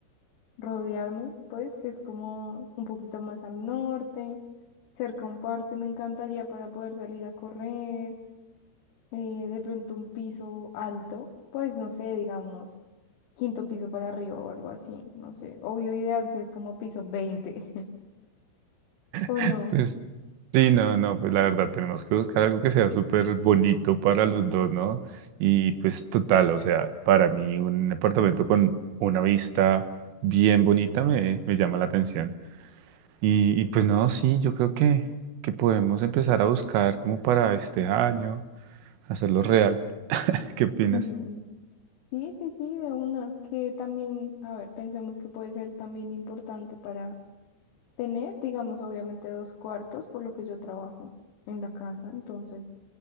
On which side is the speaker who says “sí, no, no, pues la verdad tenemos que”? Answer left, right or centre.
Right